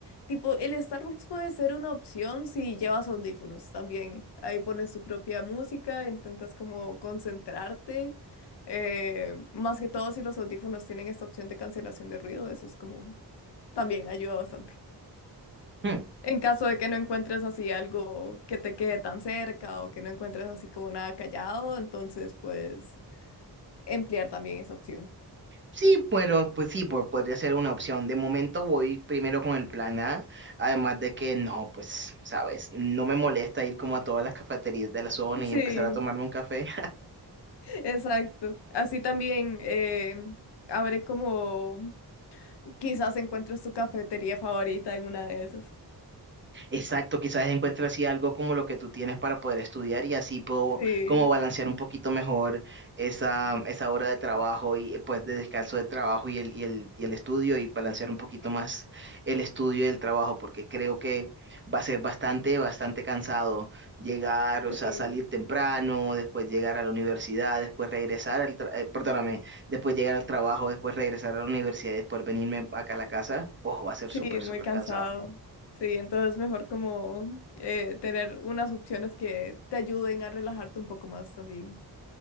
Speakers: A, on the left (about 85°); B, on the right (about 30°).
A: tipo, el Starbucks puede ser una opción si llevas audífonos también. Ahí pones tu propia música, intentas como concentrarte. Eh, más que todo si los audífonos tienen esta opción de cancelación de ruido, eso es como también ayuda bastante.
B: Hmm.
A: En caso de que no encuentres así algo que te quede tan cerca o que no encuentres así como nada callado, entonces pues emplear también esa opción.
B: Sí, pero pues sí, po- podría ser una opción. De momento voy primero con el plan A, además de que no, pues, sabes, no me molesta ir como a todas las cafeterías de la zona
A: Sí,
B: y empezar a tomarme un café.
A: exacto. Así también eh, abre como quizás encuentres tu cafetería favorita en una de esas.
B: Exacto, quizás encuentre así algo como lo que tú tienes para poder estudiar y así puedo
A: Sí,
B: como balancear un poquito mejor esa, esa hora de trabajo y eh, pues de descanso de trabajo y el, y el, y el estudio y balancear un poquito más el estudio y el trabajo porque creo que va a ser bastante, bastante cansado llegar, o
A: sí,
B: sea, salir temprano, después llegar a la universidad, después regresar al, tra- eh, perdóname, después llegar al trabajo, después regresar a la universidad y después venirme acá a la casa. Ojo, va a ser
A: sí,
B: súper, súper
A: muy cansado.
B: cansado.
A: Sí, entonces mejor como eh, tener unas opciones que te ayuden a relajarte un poco más también.